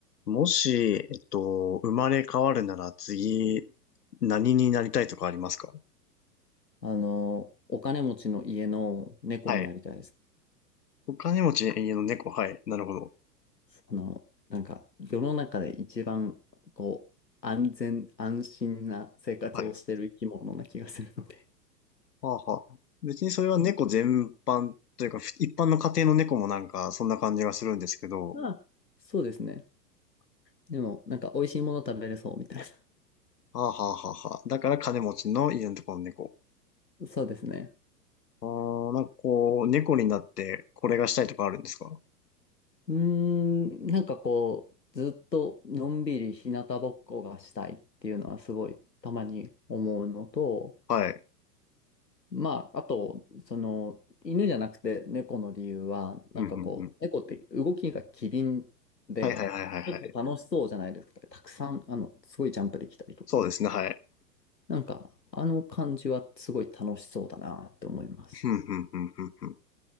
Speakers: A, on the left; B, on the left.
A: もし、えっと、生まれ変わるなら次、何になりたいとかありますか
B: あの、お金持ちの家の猫になりたいです。
A: はい。お金持ち、家の猫、はい。なるほど。
B: あの、なんか、世の中で一番、こう、安全、安心な生活をしてる生き物な気がするので。
A: はい。はあはあ。別にそれは猫全般というか、ふ一般の家庭の猫もなんか、そんな感じがするんですけど、
B: <laughs> まあ、そうですね。でも、なんか、美味しいもの食べれそうみたい
A: はあはあはあはあ。だから金持ちの家のところの猫。
B: な。<laughs> そうですね。
A: あーなんかこう、猫になってこれがしたいとかあるんですか
B: うーん、なんかこう、ずっとのんびり日向ぼっこがしたいっていうのはすごいたまに思うのと、
A: はい。
B: まあ、あと、その、犬じゃなくて猫の理由は、なんかこう、
A: うんうんうん。
B: 猫って動きが機敏で、
A: はいはいはいはいはい。
B: ちょっと楽しそうじゃないですか。たくさん、あの、すごいジャンプできたりとか。
A: そうですね、はい。
B: なんか、あの感じはすごい楽しそうだなって思います。
A: ふんふんふんふんふん